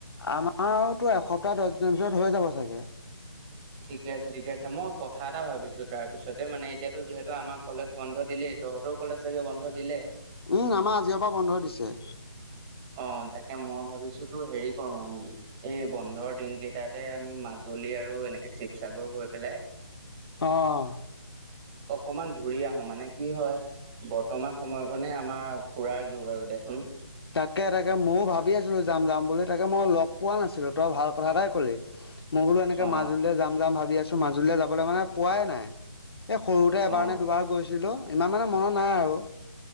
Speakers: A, on the left (about 65°); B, on the right (about 15°).
A: আমাৰ তোৰ এসপ্তাহ, দচ দিনৰ ভিতৰত হৈ যাব চাগে।
B: ঠিকে আছে, ঠিকে আছে মই কথা এটা ভাবিছোঁ, তাৰপিছতে মানে এতিয়াতো যিহেতু আমাৰ কলেজ বন্ধ দিলে। তহঁতৰো কলেজ চাগে বন্ধ দিলে?
A: উম, আমাৰ আজিৰে পৰা বন্ধ দিছে।
B: অ', তাকে, মই ভাবিছোঁ তোৰ হেৰি কৰোঁ, আমি এই বন্ধৰ দিন কেইটাতে আমি মাজ জুলি আৰু এনেকে শিৱসাগৰ হৈ পেলাই
A: অ'।
B: অকমান ঘুৰি আহোঁ, মানে কি হয়, বৰ্তমান সময়কণে আমাৰ ফুৰাৰ যুগ আৰু। দেচোন।
A: তাকে, তাকে, ময়ো ভাবি আছিলোঁ যাম, যাম বুলি তাকে, মই লগ পোৱা নাছিলোঁ, তই ভাল কথা এটাই কলি। মই বোলো এনেকে
B: অ
A: মাজুলীলৈ যাম, যাম ভাবি আছোঁ, মাজুলীলে যাবলৈ মানে পোৱাই নাই। এই সৰুতে এবাৰনে
B: অ
A: দুবাৰ গৈছিলোঁ, ইমান মানে মনত নাই আৰু।